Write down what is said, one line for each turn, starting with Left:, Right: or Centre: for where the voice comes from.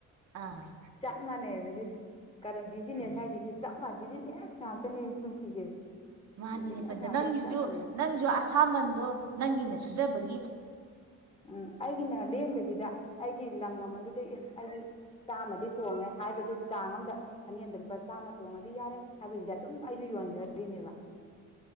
Right: ꯑꯥ
Left: ꯆꯞ ꯃꯥꯟꯅꯩ ꯍꯧꯖꯤꯛ ꯀꯔ ꯕꯤꯖꯤꯅꯦꯁ
Right: ꯍꯩ
Left: ꯍꯥꯏꯒꯤꯁꯤ ꯆꯞ ꯃꯥꯟꯅ ꯕꯤꯖꯤꯅꯦꯁ ꯉꯥꯛꯇꯅꯦꯕ ꯄꯨꯟꯁꯤꯁꯦ
Right: ꯃꯥꯅꯤꯅꯦ
Left: ꯕꯤꯖꯤꯅꯦꯁ
Right: ꯄꯟꯖ
Left: ꯉꯥꯛꯇꯅꯤ
Right: ꯅꯪꯒꯤꯁꯨ
Left: ꯆꯞ ꯃꯥꯟꯅꯩ
Right: ꯅꯪꯁꯨ ꯑꯁꯥꯃꯟꯗꯣ ꯅꯪꯒꯤꯅ ꯁꯨꯖꯕꯒꯤ
Left: ꯎꯝ ꯑꯩꯒꯤꯅ ꯂꯦꯡꯗꯕꯤꯗ ꯑꯩꯒꯤ ꯂꯪ ꯃꯃꯜꯗꯨꯗꯒꯤ ꯑꯦ ꯑꯩꯒꯤ ꯆꯥꯝꯃꯗꯤ ꯇꯣꯡꯉꯦ ꯍꯥꯏꯕꯗꯤ ꯆꯥꯡ ꯑꯃꯝꯗ ꯐꯅꯦꯛ ꯑꯃꯗ ꯂꯨꯄꯥ ꯆꯥꯝꯃ ꯇꯣꯡꯉꯗꯤ ꯌꯥꯔꯦ ꯍꯥꯏꯕꯁꯤꯗ ꯑꯗꯨꯝ ꯑꯩꯁꯨ ꯌꯣꯟꯖꯔꯤꯅꯦꯕ